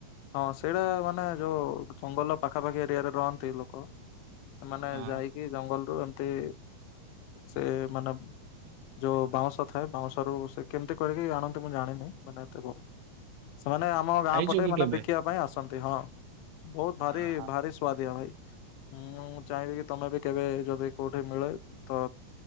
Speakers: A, on the left; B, on the right.
A: ହଁ ସେଇଟା ମାନେ ଯୋଉ ଜଙ୍ଗଲ ପାଖାପାଖି ଏରିଆରେ ରହନ୍ତି ଲୋକ। ସେମାନେ
B: ହଁ
A: ଯାଇକି ଜଙ୍ଗଲରୁୁ ଏମତି ସେ ମାନ ଯୋଉ ବାଉଁଶ ଥାଏ ବାଉଁଶରୁ ସେ କେମିତି କରିକି ଆଣନ୍ତି ମୁଁ ଜାଣିନି ମାନେ ଏତେ ବହୁତ ସେମାନେ ଆମ
B: ଖାଇଛୁ
A: ଗାଁ ପଟେ
B: କି
A: ମାନେ
B: କେବେ?
A: ବିକିବା ପାଇଁ ଆସନ୍ତି ହଁ ବହୁତ ଭାରି
B: ଓହୋ ହଁ
A: ଭାରି। ଶୁଆଦିଆ ଭାଇ ମୁଁ ଚାହିଁବି କି ତମେ ବି କେବେ ଯଦି କୋଉଠି ମିଳେ ତ